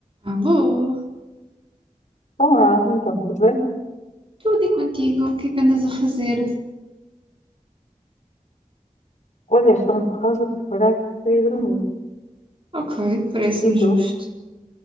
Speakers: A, on the right; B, on the left.
A: Alô?
B: Olá, então, tudo bem?
A: Tudo e contigo? O que é que andas a fazer?
B: Olha, estou me quase a preparar para ir dormir.
A: Ok, parece-me
B: E
A: justo.
B: tu?